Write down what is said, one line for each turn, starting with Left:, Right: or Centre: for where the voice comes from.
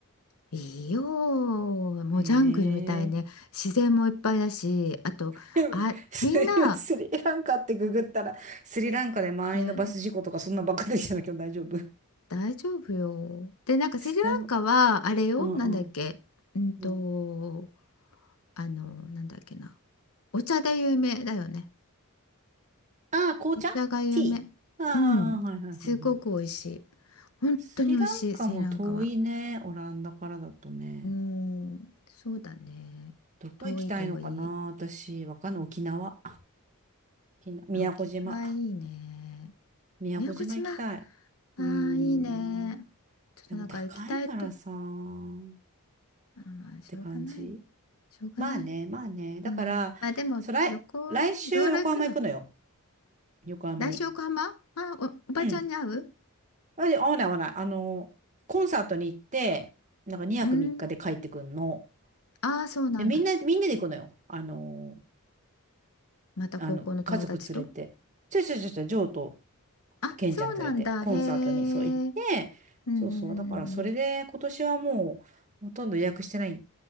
Left: いいよ、もうジャングルみたいね、
Right: え
Left: 自然もいっぱいだし、あと、
Right: でもす今スリランカってググったら、
Left: あ、みんな、
Right: スリランカで満員のバス事故とかそんなばっかりできたんだけど大丈夫
Left: な大丈夫よ。で、なんかスリランカは、
Right: スタバ
Left: あれよ、
Right: うんうん。
Left: なんだっけ、うんと、
Right: うん、
Left: あの、なんだっけな、お茶で有名だよね。
Right: ああ、紅茶ティ
Left: お茶が有名。
Right: ーああ、
Left: うん。
Right: はいはいはいはい。
Left: すごく美味しい。本当に美味しい、
Right: スリランカも遠いね、
Left: スリランカは。
Right: オランダからだとね。
Left: うん。そうだね。
Right: どこ行きたいのかな私、
Left: 遠い遠い。
Right: わかんない。沖縄。沖縄、宮古島。
Left: あ、沖縄いいね。
Right: 宮古島行きたい。
Left: 宮古島。ああ、
Right: うーん。
Left: いいね。ちょっとなんか行きたいと。
Right: でも高いからさ、
Left: あ、
Right: っ
Left: まあ、しょうがない。
Right: て感じ。
Left: しょうがない。
Right: まあね、まあね。だから、
Left: うん。まあでも、
Right: そう来、
Left: 旅行はね、
Right: 来週横浜行くのよ。
Left: いろいろ行くの。
Right: 横浜に。
Left: 来週横浜あ、お、おばちゃんに会う
Right: うん。あ、で合わない合わない。あの、コンサートに行って、なんか2泊3日で帰ってくんの。
Left: うん。ああ、そうなんだ。
Right: で、みんな、みんなで行くのよ。あの、
Left: また高校の友達と
Right: あの、家族連れて。ちょいちょいちょいちょい、ジョーと
Left: あ、
Right: ケンちゃん連れて、
Left: そうなんだ。
Right: コンサートにそう行って、
Left: へえ。うんうんうんうん。
Right: そうそう。だから、それで今年はもう、ほとんど予約してない。